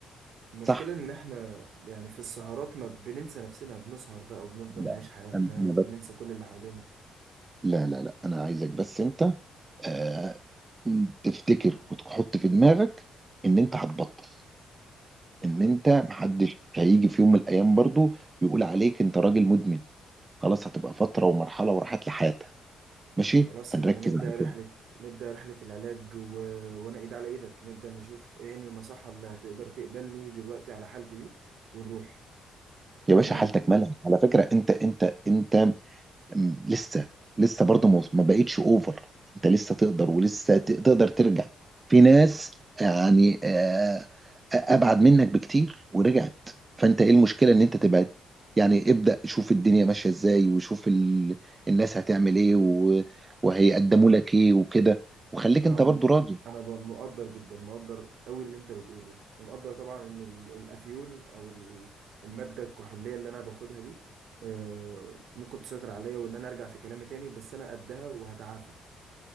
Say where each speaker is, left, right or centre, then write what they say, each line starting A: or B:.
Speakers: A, on the right; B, on the right.
A: المشكلة
B: صح
A: إن إحنا يعني في السهرات ما بننسى نفسنا بنسهر بقى وبنفضل
B: لا
A: نعيش حياتنا
B: انا أنا
A: وبننسى
B: بس
A: كل اللي حوالينا
B: لا لا لا انا عايزك بس انت آه تفتكر وتحط في دماغك ان انت هتبطل ان انت محدش هيجي في يوم من الايام برضو يقول عليك انت راجل مدمن خلاص هتبقى فتره ومرحله وراحت لي حياتها ماشي
A: خلاص
B: فنركز
A: يبقى نبدأ
B: على كده
A: رحلة نبدأ رحلة العلاج و... وأنا إيد على إيدك نبدأ نشوف إيه هني المصحة اللي هتقدر تقبلني دلوقتي على حالتي دي ونروح
B: يا باشا
A: تمام
B: حالتك مالها على فكره انت انت انت أم، لسه لسه برضه ما ما بقتش اوفر انت لسه تقدر ولسه ت- تقدر ترجع في ناس يعني آه، ابعد منك بكتير ورجعت فانت ايه المشكله ان انت تبعد يعني ابدأ شوف الدنيا ماشيه ازاي وشوف ال... الناس هتعمل ايه و... وهيقدموا لك ايه وكده وخليك
A: أنا
B: انت
A: م...
B: برضه راضي
A: أنا ب- مقدر جدا مقدر أوي اللي أنت بتقوله ومقدر طبعا إن ال- الأفيون أو ال- المادة الكحولية اللي أنا باخدها دي آه، ممكن تسيطر عليا وإن أنا أرجع في كلامي تاني بس أنا قدها وهتعافى